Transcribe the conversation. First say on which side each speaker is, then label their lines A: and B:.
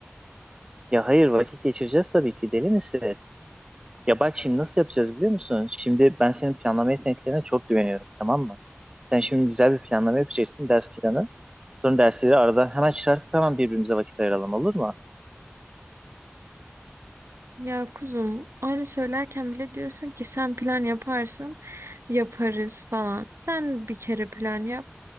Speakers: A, on the right (about 20°); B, on the right (about 70°).
A: Ya hayır vakit geçireceğiz tabii ki deli misin? Ya bak şimdi nasıl yapacağız biliyor musun? Şimdi ben senin planlama yeteneklerine çok güveniyorum tamam mı? Sen şimdi güzel bir planlama yapacaksın ders planı. Sonra dersleri aradan hemen çıkartıp hemen birbirimize vakit ayıralım olur mu?
B: Ya kuzum öyle söylerken bile diyorsun ki sen plan yaparsın yaparız falan. Sen bir kere plan yap.